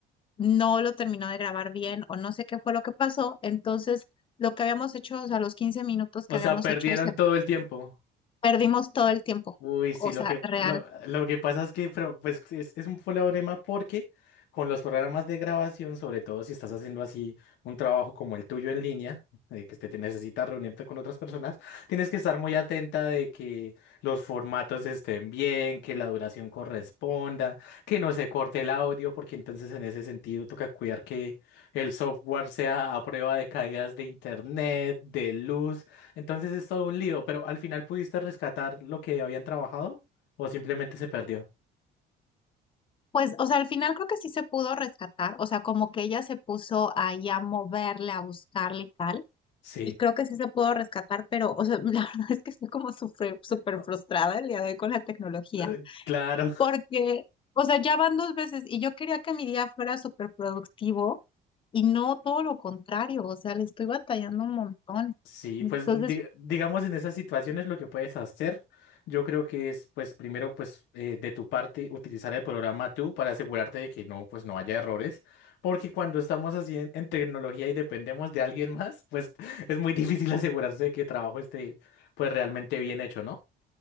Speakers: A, on the left; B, on the left.
A: no lo terminó de grabar bien o no sé qué fue lo que pasó. Entonces, lo que habíamos hecho, o sea, los 15 minutos
B: O
A: que habíamos
B: sea, perdieron
A: hecho, se
B: todo el tiempo.
A: perdimos todo el tiempo.
B: Uy, sí,
A: O
B: lo
A: sea,
B: que,
A: real.
B: lo, lo que pasa es que pero, pues, es, es un problema porque con los programas de grabación, sobre todo si estás haciendo así un trabajo como el tuyo en línea, de que te, te necesitas reunirte con otras personas, tienes que estar muy atenta de que los formatos estén bien, que la duración corresponda, que no se corte el audio, porque entonces en ese sentido toca cuidar que el software sea a prueba de caídas de internet, de luz. Entonces es todo un lío, pero al final pudiste rescatar lo que habían trabajado o simplemente se perdió.
A: Pues, o sea, al final creo que sí se pudo rescatar. O sea, como que ella se puso ahí a moverle, a buscarle y tal.
B: Sí.
A: Y creo que sí se pudo rescatar, pero, o sea, <laughs> la verdad es que estoy como súper, súper
B: Ah,
A: frustrada el día de hoy con la tecnología.
B: eh, Claro,
A: Porque, o sea, ya van dos veces y yo quería que mi día fuera súper productivo y no todo lo contrario, o sea, le estoy batallando un montón.
B: <laughs> sí,
A: Entonces,
B: pues di- digamos en esas situaciones lo que puedes hacer, yo creo que es pues primero pues eh, de tu parte utilizar el programa tú para asegurarte de que no pues no haya errores, porque cuando estamos así en, en tecnología y dependemos de alguien más, pues <laughs> es muy difícil asegurarse de que el trabajo esté pues realmente bien hecho, ¿no?